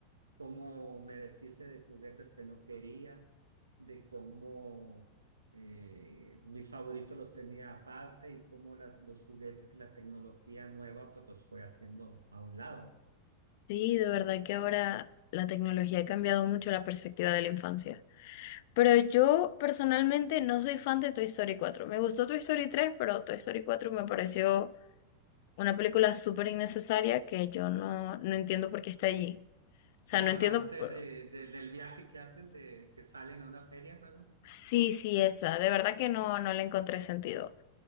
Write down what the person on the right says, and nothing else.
como me deshice de juguetes que no quería, de cómo eh, mis favoritos los tenía aparte y cómo la- los juguetes y la tecnología nueva pues los fue haciendo a un lado.
La
parte
de, de- del viaje que hacen, de que salen a una feria, ¿verdad?